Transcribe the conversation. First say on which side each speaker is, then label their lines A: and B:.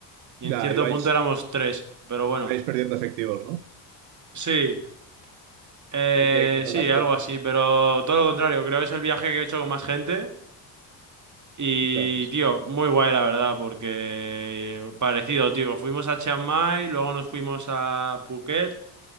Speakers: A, on the right (about 35°); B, on the right (about 85°).
A: Y
B: Ya,
A: en cierto
B: ibais,
A: punto éramos tres, pero bueno.
B: ibais perdiendo efectivos, ¿no?
A: Sí, eh,
B: ¿Y qué, qué tal
A: sí,
B: la experiencia?
A: algo así, pero todo lo contrario, creo que es el viaje que he hecho con más gente. Y,
B: Ya ves.
A: tío, muy guay la verdad, porque parecido, tío. Fuimos a Chiang Mai, luego nos fuimos a Phuket,